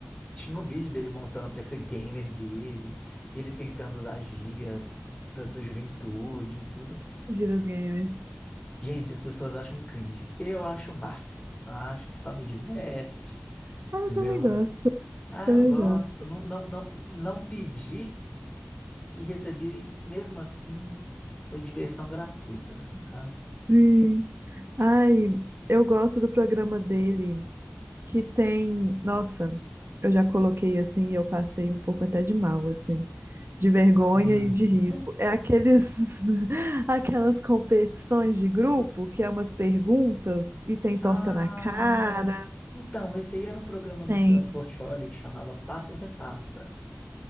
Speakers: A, on the left (about 20°); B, on the right (about 75°).
A: Tinha um vídeo dele montando pra ser gamer dele, e ele tentando usar gírias da, da juventude e tudo.
B: Giras Gamer.
A: Gente, as pessoas acham cringe. Eu acho o máximo. Eu acho que só me diverte,
B: Ah, eu
A: entendeu?
B: também gosto.
A: Ah,
B: Também
A: eu gosto.
B: gosto.
A: Não, não, não, não pedi e recebi, mesmo assim, foi diversão gratuita, assim, sabe?
B: Sim. Ai, eu gosto do programa dele, que tem. Nossa, eu já coloquei assim e eu passei um pouco até de mal, assim. de vergonha
A: Hum.
B: e de ripo. É aqueles, <laughs> aquelas competições de grupo que é umas perguntas e tem
A: Ai.
B: torta na cara,
A: Então, esse aí era um programa do
B: tem.
A: Celso Portiolli que chamava Passo Repassa.